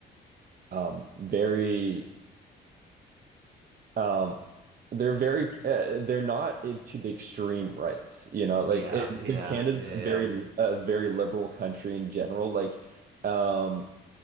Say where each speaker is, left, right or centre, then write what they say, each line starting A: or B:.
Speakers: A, on the right; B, on the right.
A: um, very Um, they're very uh, they're not in- to the extreme right, you know, like
B: Yeah,
A: it,
B: yeah,
A: since Canada's
B: yeah,
A: very
B: yeah,
A: a very liberal country in general, like um